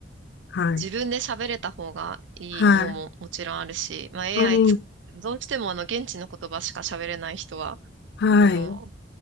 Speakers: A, on the left; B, on the right.
A: はい。
B: 自分で喋れた方がいいのももちろんあるし、
A: はい。
B: まあ
A: うん。
B: AI つ、どうしてもあの現地の言葉しか喋れない人は、
A: はい。
B: あの